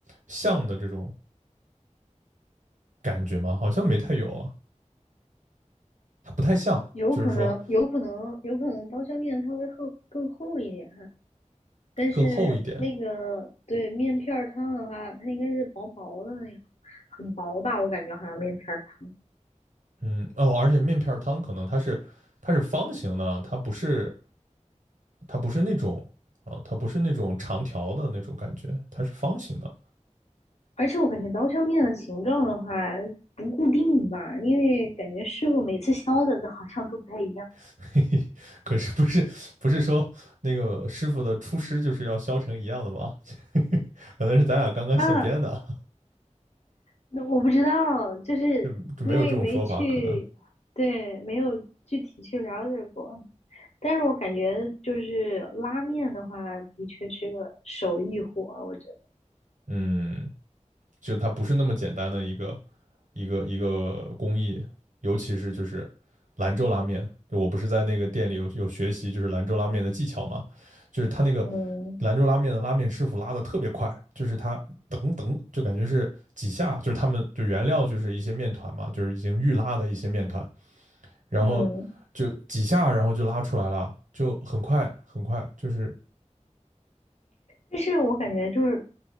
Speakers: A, on the right; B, on the left.
A: 像的这种感觉吗？好像没太有啊，它不太像，
B: 有可能，
A: 就是说
B: 有可能，有可能刀削面它会厚更厚一点，但是那个对面片儿汤的话，
A: 更厚一点。
B: 它应该是薄薄的那个，很薄吧？我感觉好像面片儿汤。
A: 嗯，哦，而且面片儿汤可能它是它是方形的，它不是它不是那种啊，它不是那种长条的那种感觉，它是方形的。
B: 而且我感觉刀削面的形状的话不固定吧，因为感觉师傅每次削的好像都不太一样。
A: <laughs> 嘿嘿，可是不是不是说那个师傅的出师就是要削成一样的吗？<laughs> 可能是咱俩刚刚现编的，
B: 那那我不知道，就是因为没去，
A: 就就没有这种说法，可能
B: 对，没有具体去了解过。但是我感觉就是拉面的话，的确是个手艺活儿我觉
A: 嗯，就它不是那么简单的一个一个一个工艺，尤其是就是兰州拉面，就我不是在那个店里有有学习就是兰州拉面的技巧嘛，就是他那个
B: 得。嗯
A: 兰州拉面的拉面师傅拉的特别快，就是他噔噔就感觉是几下，就是他们就原料就是一些面团嘛，就是已经预拉的一些面团。然后就几下，
B: 嗯。
A: 然后就拉出来了，就很快很快，就是
B: 但是我感觉就是